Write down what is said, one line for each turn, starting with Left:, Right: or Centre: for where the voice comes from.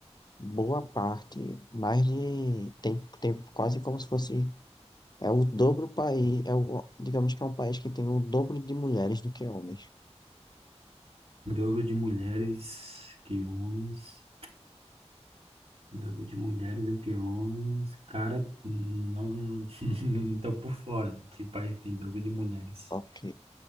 Left: boa parte, mais de, tem, tem quase como se fosse, é o dobro país, é o, digamos que é um país que tem o dobro de mulheres do que homens.
Right: O dobro de mulheres que homens. Dobro de mulheres do que homens. Cara, não, não <laughs> não tô por fora de que país tem dobro de mulheres.
Left: Ok.